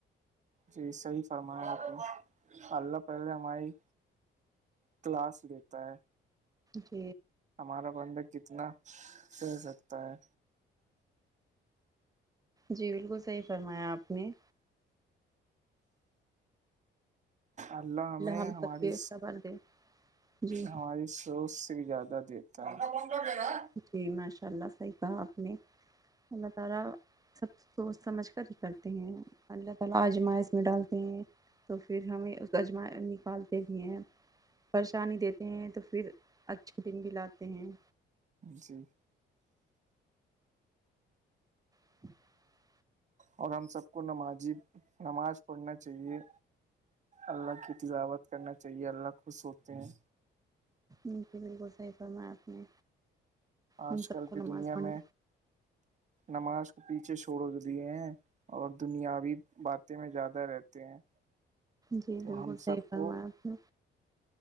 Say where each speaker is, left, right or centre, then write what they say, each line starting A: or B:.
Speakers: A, on the right (about 35°); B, on the right (about 20°).
A: جی صحی فرمایا آپ نے اللہ پہل ہماری کلاس دیتا ہے
B: جی
A: ہمارا بندہ کتنا رہ سکتا ہے
B: جی بالکل صحیح فرمایا آپ نے
A: اللہ ہمیں
B: ہم
A: ہماری
B: سب کے صبر دے جی
A: ہماری سوس سے بھی زیادہ نا
B: جی ماشاء اللہ صحیح کہا آپ نے اللہ تعالی اب تو سمجھ کر ہی کرتے ہیں اللہ تعالی ازمائش میں ڈالتے ہیں تو پھر ہمیں اس کاجما نکالتے بھی ہیں پریشانی دیتے ہیں تو پھر اچھے دن بھی لاتے ہیں
A: جی
B: عع
A: اور ہم سب کو نمازی نماز پڑھنا چاہیے اللہ کی تجاوت کرنا چاہیے اللہ خ سوتے ہیں
B: نی فی بالکل صحیح فرماپ نے
A: آج
B: ہم سب
A: کل
B: کو
A: کی
B: نماز
A: دنیا
B: پڑھنا
A: میں نماز کو پیچھے چھوڑ دیے ہیں اور دنیاوی باتیں میں زیادہ رہتے ہیں
B: جی
A: تو
B: بالکل
A: ہم
B: صحیح
A: سب
B: فرمایا
A: کو
B: آپ نے